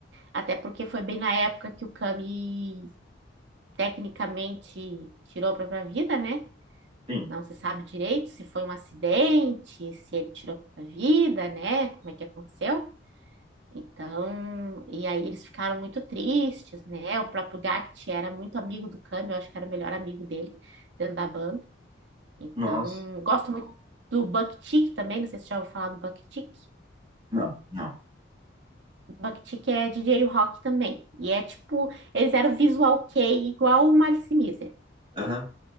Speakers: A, on the right (about 65°); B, on the right (about 30°).
A: Até porque foi bem na época que o Camus tecnicamente tirou a própria vida, né?
B: Sim.
A: Não se sabe direito se foi um acidente, se ele tirou a própria vida, né? Como é que aconteceu? Então, e aí eles ficaram muito tristes, né? O próprio Gact era muito amigo do Camus, eu acho que era o melhor amigo dele dentro da banda. Então,
B: Nossa.
A: gosto muito do buck também, não sei se você já ouviu falar do Buck-Chick.
B: Não, não.
A: é chick é rock também. E é tipo, eles eram visual kei igual o Malice Mizer,
B: Aham.